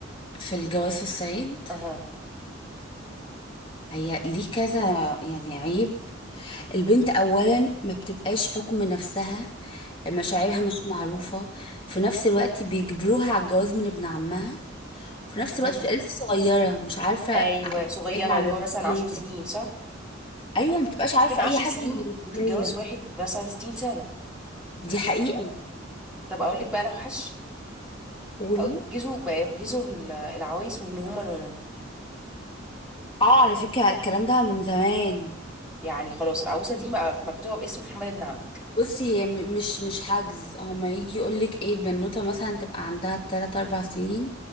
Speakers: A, on the left; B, in the centre.
A: في الجواز السعيد
B: أها
A: هي ليه كذا يعني عيب البنت أولا ما بتبقاش حكم نفسها مشاعرها مش معروفة في نفس الوقت بيجبروها على الجواز من ابن عمها وفي نفس
B: مهم.
A: الوقت بتبقى لسه صغيرة مش عارفة
B: ايوه
A: حاجة
B: صغيره
A: عن
B: اللي
A: المسؤولية
B: هو مثلا عشر سنين صح
A: أيوة ما بتبقاش عارفة
B: ممكن عشر
A: أي حاجة
B: سنين
A: عن المسؤولية
B: وتتجوز واحد مثلا ستين سنه صح
A: دي حقيقة
B: كده طب اقول لك بقى لو حش
A: قولي
B: بقوا يحجزوا بقى يحجزوا ال- العوايس وان هما نونن
A: اه على فكرة الكلام ده من زمان
B: يعني خلاص العروسه دي بقى مكتوبه باسم محمد بن عمرو
A: بصي هي م- مش مش حجز هما يجي يقولك ايه البنوتة مثلا تبقى عندها تلات أربع سنين